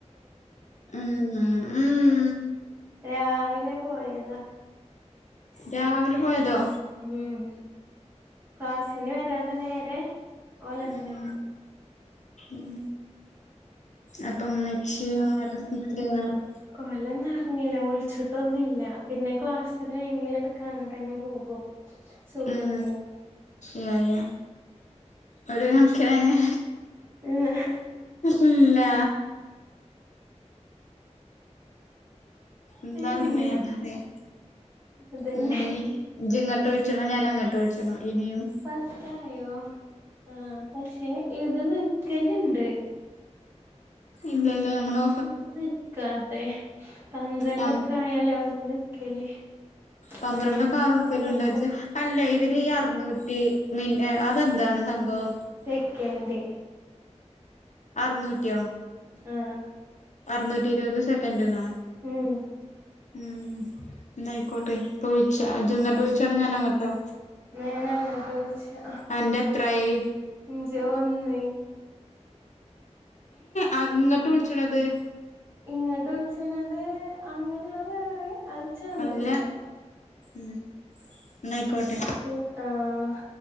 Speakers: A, on the left; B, on the right.
A: ഉം ഉം
B: രാവിലെ പോയതാ
A: രാവിലെ പോയതോ
B: ഉം ക്ലാസിന് വരാതെ നേരെ ഓല് അങ്ങനങ്ങ്
A: ഉം
B: പോയി
A: ഉം അപ്പ ഉമ്മച്ചിയോ അവരുടെ <unintelligible>
B: ഓല് ഒന്നും അറിഞ്ഞില്ല വിളിച്ചിട്ടൊന്നുംല്ല പിന്നെ ക്ലാസ് ഇപ്പ ദേ റീലെടുക്കാ അങ്ങനെ തന്നെ പോകും സുഖല്ലേ
A: ഉം യാ യാ ഒരു കണക്കിന്
B: ഉം
A: അല്ല എന്താ
B: പിന്നെ
A: പിന്ന ഞാൻ പറയാം
B: അതന്നെ
A: എന്നാ നീ ജ് ഇങ്ങട്ടൊഴിച്ചണോ ഞാൻ അങ്ങോട്ട് ഒഴിച്ചണം ഇനിയും
B: പത്തായോ ആഹ് പക്ഷെ ഇത് നിക്കലുണ്ട്
A: ഇതല്ലേ നമ്മളു
B: ഇത് നിക്കാത്തെ പന്ത്രണ്ടൊക്കെ
A: ഞമ്മ
B: ആയല്ലോ ഇവിടെ നിക്കല്
A: പന്ത്രണ്ടൊക്ക
B: ആഹ് ഞമ്മക്ക്
A: ആ നിക്കല്
B: ഓഫാക്ക
A: ഉണ്ടെജ് അല്ല ഇതിൽ ഈ അറുന്നൂറ്റി മി എ അതെന്താണ് സംഭവം
B: സെക്കന്‍ഡ്
A: അറുന്നൂറ്റിയോ
B: ആഹ്
A: അറുനൂറ്റി ഇരുപത് സെക്കൻ്റെന്നോ
B: ഉം
A: ഉം എന്നാ ആയിക്കോട്ടെ ഇപ്പ വിളിച്ച ചെന്നിട്ട് വിളിച്ചാണോ ഞാൻ അങ്ങട്ടോ
B: എന്നാ ഞാനങ്ങ് അങ്ങോട്ട് വിളിച്ചാ
A: അന്റെ എത്രായി
B: <unintelligible>
A: ആ ഇങ്ങട്ട് വിളിച്ചുടത്
B: ഇങ്ങട്ട് വിളിച്ചണത് അങ്ങനെയാ വേറെ അ ച്ചാ അറീലാട്ടോ
A: അല്ല ഉം എന്നായിക്കോട്ടെ
B: ഇത് ആഹ്